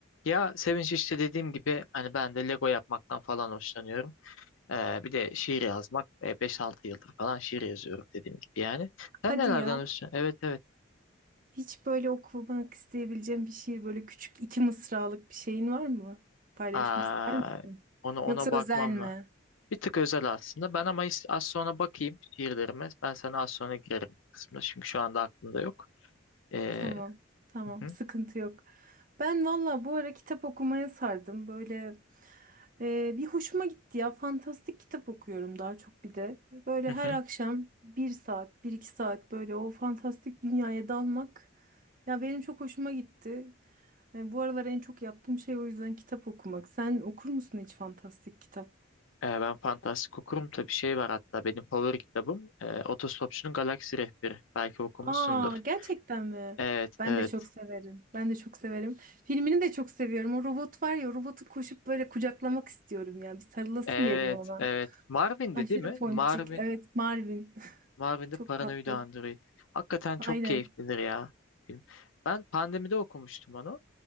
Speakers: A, on the left; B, on the right.
A: Ya Sevinç işte dediğim gibi hani ben de Lego yapmaktan falan hoşlanıyorum. Ee, bir de şiir yazmak. Ee, 5-6 yıldır falan şiir yazıyorum dediğim gibi yani.
B: Hadi
A: Sen nelerden
B: ya.
A: hoşlanıyorsun? Evet evet.
B: Hiç böyle okumak isteyebileceğim bir şiir, böyle küçük iki mısralık bir şeyin var mı? Paylaşmak
A: Aa,
B: ister misin?
A: ona ona
B: Yoksa
A: bakmamla.
B: özel mi?
A: Bir tık özel aslında. Ben ama is- az sonra bakayım şiirlerime. Ben sana az sonra girerim bu kısmına. Çünkü şu anda aklımda yok. Ee,
B: Tamam, tamam,
A: hı hı,
B: sıkıntı yok. Ben valla bu ara kitap okumaya sardım. Böyle e, bir hoşuma gitti ya. Fantastik kitap okuyorum daha çok bir de. Böyle
A: hı hı.
B: her akşam bir saat, bir iki saat böyle o fantastik dünyaya dalmak. Ya benim çok hoşuma gitti. E, bu aralar en çok yaptığım şey o yüzden kitap okumak. Sen okur musun hiç fantastik kitap?
A: Ee, ben fantastik okurum. Tabii şey var hatta benim favori kitabım. E, Otostopçunun Galaksi Rehberi. Belki okumuşsundur.
B: Aa, gerçekten mi?
A: Evet,
B: Ben
A: evet.
B: de çok severim. Ben de çok severim. Filmini de çok seviyorum. O robot var ya, o robotu koşup böyle kucaklamak istiyorum ya. Bir sarılasım
A: Evet,
B: geliyor ona.
A: evet. Marvin'di
B: Aşırı
A: değil mi?
B: ponçik.
A: Marvin,
B: Evet, Marvin. <laughs>
A: Marvin'de
B: Çok
A: Paranoid
B: tatlı.
A: Android. Hakikaten
B: Aynen.
A: çok keyiflidir ya film. Ben pandemide okumuştum onu.